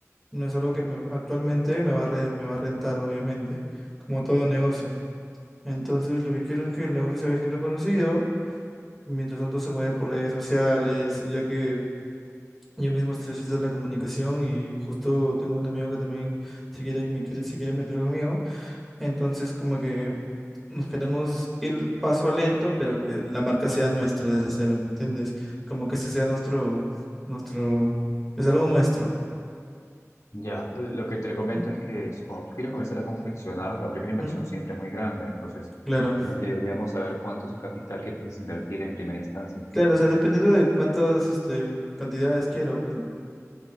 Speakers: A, in the centre; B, on the left (about 75°).
A: no es algo que me, actualmente me va a re- me va a rentar, obviamente, como todo negocio. Entonces, lo que quiero es que el negocio se vaya siendo conocido, mientras tanto se mueve por redes sociales, ya que yo mismo estoy haciendo la comunicación y justo tengo un amigo que también se quiere, me quiere, se quiere meter conmigo. Entonces, como que nos queremos ir paso a lento, pero que la marca sea nuestra desde cero, ¿me entiendes? Como que ese sea nuestro, nuestro, es algo nuestro.
B: Ya, eh, lo que te comento
A: Ujú,
B: es que si- cuando tú quieres comenzar a confeccionar, la primera inversión
A: ujú,
B: siempre es muy grande, entonces
A: Claro.
B: también deberíamos saber cuánto es el capital que piensas invertir en primera instancia.
A: Claro, o sea, dependiendo de cuántas, este, cantidades quiero, pues, ¿no?